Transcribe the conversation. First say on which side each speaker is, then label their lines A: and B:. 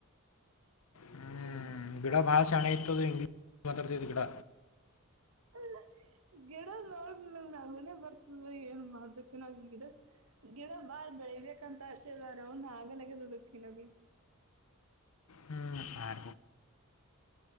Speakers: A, on the left; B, on the right.
A: ಹ್ಮ್ -ಗಿಡ ಭಾಷೆ ಹಣೆ ಇತದು ಇಂಗ್ಲೀಷ್ ಮಾತಾಡ್ತ್ ಗಿಡ.
B: ಅ <unintelligible> ಗಿಡ ನೋಡಿ ನಂಗ ನಗನ ಬರ್ತದ ಏನ್ ಮಾಡ್ಬೇಕು- ನ -ಗಿಡ, ಗಿಡ ಬಾರ ಬೆಳಿಬೇಕಂತ ಅರ್ಷೆರ ನ ಆಗಲದು <unintelligible> ಖ ನೋಗಿ
A: ಹ್ಮ್ -ಹ